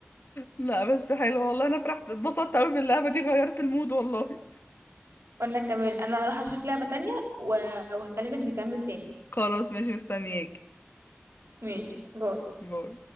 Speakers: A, on the left; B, on the right.
A: لا بس حلو والله انا فرحت اتبسطت قوي باللعبة دي غيرت المود والله
B: قلنا كمان انا هروح اشوف لعبة تانية و- وهكلمك نكمل تاني
A: خلاص ماشي مستنياكي
B: ماشي باي
A: باي